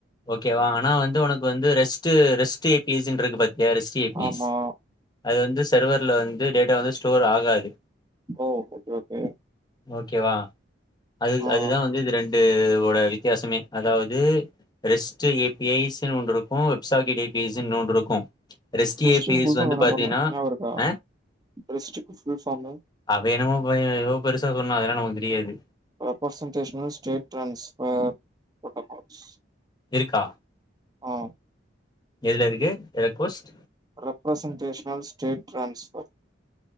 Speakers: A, on the left; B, on the right.
A: ஓகே வா ஆனா வந் உனக்கு வந்து ரெஸ்ட் ரெஸ்ட் எப் பீஸ்ன்னுயிருக்கு பத்திய ரெஸ்ட் ஏ பீ
B: ஆமா
A: ஐஸ் அது வந்து சர்வரில வந்து டேட்டா வந்து ஸ்டோர் ஆகாது
B: ஓ ஓகே ஓகே
A: ஓகேவா அது
B: ஆ
A: அதுதான் வந்து இது ரெண்டு இதோட வித்தியாசமே அதாவது ரெஸ்ட் ஏ பி ஐஸ்னு ஒன்னு இருக்கும் வெப்சாகி டேட் ஏ பி ஐனு ஒன்னு இருக்கும் ரெஸ்ட்
B: ரெஸ்ட்டுக்கு
A: ஏ பி ஐஸ்
B: ஃபுல் ஃபார்ம்
A: வந்து
B: என்ன
A: பாத்தீங்கன்னா
B: மறந்த ஞாபகம் இருக்கா
A: அ
B: ரெஸ்ட்டுக்கு ஃபுல் ஃபார்மு
A: அது என்னமோ பண்ணி ஏதோ பெருசு சொன்னாரு அதல்லா நமக்கு தெரியாது
B: பர்சன்டேஷனல் ஸ்டேட் ட்ரான்ஸ்ஃபர் ப்ரோட்டோக்கால்ஸ்
A: இருக்கா
B: ஆ
A: எதுல இருக்கு request
B: representational state transfer